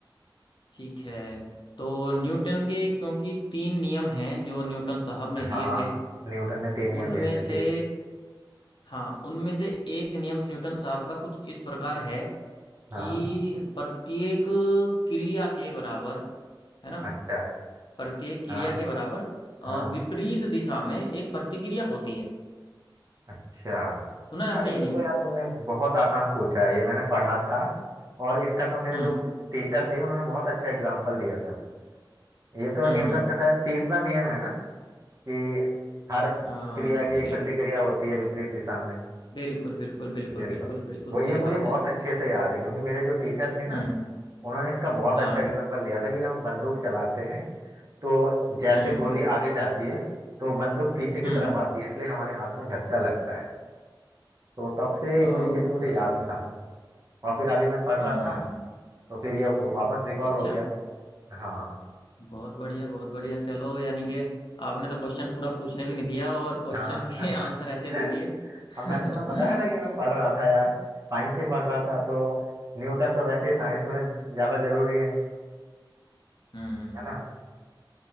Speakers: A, on the left; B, on the right.
A: ठीक है तो न्यूटन के क्योंकि तीन नियम हैं जो न्यूटन साहब ने दिए
B: हाँ
A: थे
B: न्यूटन ने तीन नियम
A: उनमें
B: दिए थे
A: से
B: ठीक
A: हाँ उनमें से एक नियम न्यूटन साहब का कुछ इस प्रकार है
B: हाँ
A: कि प्रत्येक क्रिया के बराबर है ना
B: अच्छा
A: प्रत्येक क्रिया
B: हाँ
A: के बराबर अ,
B: हाँ
A: विपरीत दिशा में एक प्रतिक्रिया होती है
B: अच्छा
A: सुना है आपने
B: अरे
A: ये
B: ये
A: नियम
B: तो यार तुमने बहुत आसान पूछा है ये मैंने पढ़ा था और इसका तो मेरे
A: हम्म
B: जो टीचर थे उन्होंने बहुत अच्छा एग्जाम्पल दिया था ये तो
A: हम्म
B: न्यूटन
A: हम्म
B: का शायद तीसरा नियम है ना कि हर
A: आ,
B: क्रिया की एक
A: बिल,
B: प्रतिक्रिया होती है विपरीत दिशा में
A: बिल्कुल बिल्कुल बिल्कुल
B: बिल्कुल
A: बिल्कुल बिल्कुल
B: वो ये
A: सही
B: मुझे
A: बात
B: बहुत
A: है
B: अच्छे से याद है क्योंकि मेरे जो टीचर थे ना
A: हम्म
B: उन्होंने इसका बहुत
A: हाँ
B: अच्छा एग्जाम्पल दिया था कि जब हम बंदूक चलाते हैं तो हम्म, जैसे
A: हम्म
B: गोली आगे जाती है तो बंदूक पीछे की
A: हम्म
B: तरफ आती है इसलिए हमारे हाथ में झटका लगता है तो तब से ही
A: ओ
B: मुझे ये तो मुझे
A: भाई
B: याद था और फिर अभी मैं पढ़
A: हम्म
B: रहा था तो फिर ये वापस रिकॉल
A: अच्छा
B: हो गया हाँ
A: बहुत बढ़िया बहुत बढ़िया चलो यानी कि आपने तो क्वेश्चन पूरा पूछने भी नहीं दिया और क्वेश्चन
B: हाँ
A: के
B: <laughs>
A: आंसर ऐसे दे दिए <laughs>
B: अब
A: हम्म
B: मैंने तुम्हें बताया ना कि मैं पढ़ रहा था यार साइंस ही पढ़ रहा था तो न्यूटन तो वैसे ही साइंस में ज्यादा जरूरी है
A: हम्म
B: है ना